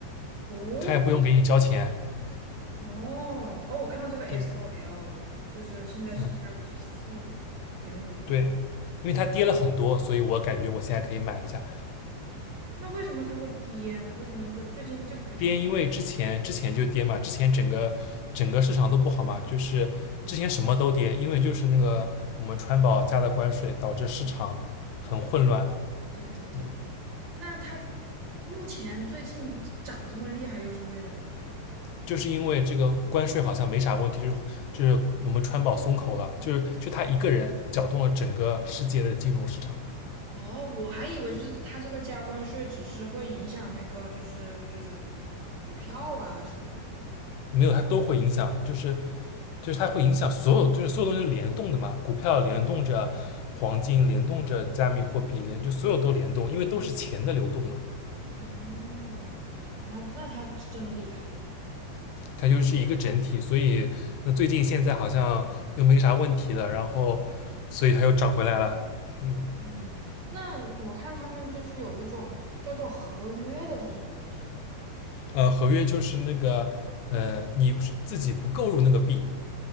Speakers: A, on the right (about 45°); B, on the left (about 75°).
A: 哦
B: 他也不用给你交钱。
A: 哦哦，我看到这个
B: 对，
A: SOL 了，就是现在是一百五十四点五，
B: 嗯，对，因为它跌了很多，所以我感觉我现在可以买一下。
A: 那为什么它会跌？为什么会最近这个比特币？
B: 跌，因为之前之前就跌嘛，之前整个整个市场都不好嘛，就是之前什么都跌，因为就是那个我们川宝加的关税导致市场很混乱，
A: 对对对，
B: 嗯，
A: 那它目前最近涨这么厉害又是为什么呢？
B: 就是因为这个关税好像没啥问题，就是就是我们川宝松口了，就是就他一个人搅动了整个世界的金融市场，
A: 哦，我还以为就是他这个加关税只是会影响那个就是就是股票啊什么的呢。
B: 没有他都会影响，就是就是它会影响所有，就是所有东西都联动的嘛，股票联动着黄金，联动着加密货币，联就所有都联动，因为都是钱的流动嘛。
A: 哦，哇，那那他真厉害。
B: 它就是一个整体，所以那最近现在好像又没啥问题了，然后所以它又涨回来了。嗯，
A: 嗯，那我看他们就是有一种叫做合约的是什么东西啊？
B: 呃，合约就是那个呃，你自己不购入那个币，